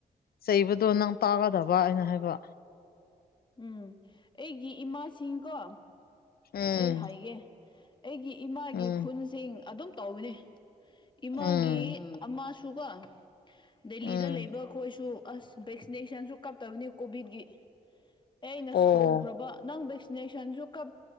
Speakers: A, on the left; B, on the left.
A: ꯆꯩꯕꯗꯣ ꯅꯪ ꯇꯥꯒꯗꯕꯥ ꯑꯩꯅ ꯍꯥꯏꯕꯥ
B: ꯎꯪ ꯑꯩꯒꯤ ꯏꯃꯥꯁꯤꯡꯀꯣ
A: ꯎꯝ
B: ꯑꯩ ꯍꯥꯏꯒꯦ ꯑꯩꯒꯤ ꯏꯃꯥꯒꯤ
A: ꯎꯝ
B: ꯈꯨꯟꯁꯤꯡ ꯑꯗꯨꯝ ꯇꯧꯕꯅꯤ ꯏꯃꯥꯒꯤ
A: ꯎꯝ
B: ꯑꯃꯥꯁꯨ ꯑꯗꯨꯒ ꯗꯦꯜꯂꯤꯗ
A: ꯎꯝ
B: ꯂꯩꯕ ꯈꯣꯏꯁꯨ ꯑꯥꯁ ꯚꯦꯛꯁꯤꯅꯦꯁꯟꯁꯨ ꯀꯥꯞꯇꯕꯅꯤ ꯀꯣꯚꯤꯠꯀꯤ ꯑꯩꯅ
A: ꯑꯣ
B: ꯁꯧꯈ꯭ꯔꯕ ꯅꯪ ꯚꯦꯛꯁ ꯚꯦꯛꯁꯤꯅꯦꯁꯟꯁꯨ ꯀꯞ